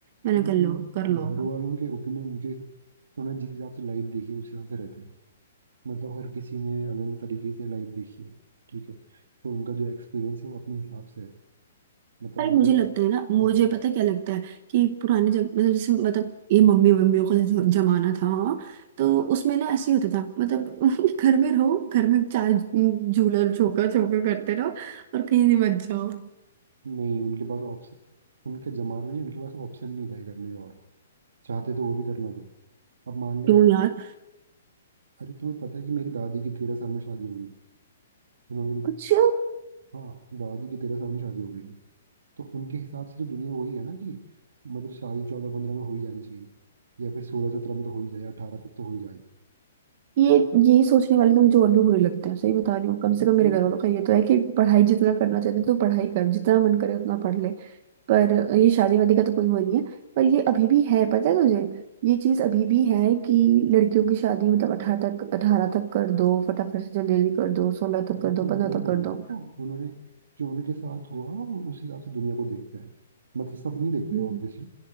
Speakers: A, on the right (about 30°); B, on the right (about 80°).
A: मैंने
B: अरे
A: कर लो
B: भाई
A: कर लो
B: घर वालों के ओपिनियन उनके उन्होंने जिस हिसाब से लाइफ देखी है उस हिसाब से रहता है मतलब हर किसी ने अलग अलग तरीके से लाइफ देखी है ठीक है तो उनका जो एक्सपीरियंस है वो अपने हिसाब से है मतलब
A: अरे
B: ऑब्वियस
A: मुझे लगता है ना मुझे
B: हाँ
A: पता क्या लगता है कि पुराने जब मतलब जैसे मतलब ये मम्मी मम्मियों का जो जमाना था हाँ, तो उसमें ना ऐसे ही होता था मतलब <laughs> घर में रहो घर में चार झूला झोंका झोंका करते रहो और कहीं नहीं मत जाओ
B: नहीं उनके पास ऑप्शन उनका जमाना नहीं उनके पास ऑप्शन नहीं था ये करने का और चाहते तो वो भी करना थे अब मान ले
A: क्यों यार
B: अरे तुम्हें पता है कि मेरी दादी की तेरह साल में शादी हो गई उन्होंने
A: कुछ
B: हाँ दादी की तेरह साल में शादी हो गई थी तो उनके हिसाब से तो दुनिया वही है ना कि मतलब शादी चौदह पंद्रह में हो ही जानी चाहिए या फिर सोलह सत्रह में तो हो ही जाए अठारह तक तो हो ही जाए
A: ये
B: बट
A: ये सोचने वाले तो मुझे और भी बुरे लगते हैं सही बता रही हूँ कम से
B: बट
A: कम मेरे
B: लेकिन
A: घर वालों का ये तो है कि पढ़ाई जितना करना चाहते तो पढ़ाई कर जितना मन करे उतना पढ़ ले पर ये शादी वादी का तो कोई वो नहीं है पर ये अभी भी है पता है तुझे ये चीज अभी भी है कि लड़कियों की शादी मतलब अठारह तक अठारह तक कर दो फटाफट से जल्दी जल्दी कर दो सोलह तक
B: अरे
A: कर
B: तो
A: दो
B: मैं
A: पंद्रह
B: वही
A: तक
B: बोल
A: कर
B: रहा
A: दो
B: हूँ तो उन्होंने जो उनके साथ हुआ वो उस हिसाब से दुनिया को देखते हैं मतलब सब नहीं देखते
A: हम्म,
B: हैं ऑब्वियसली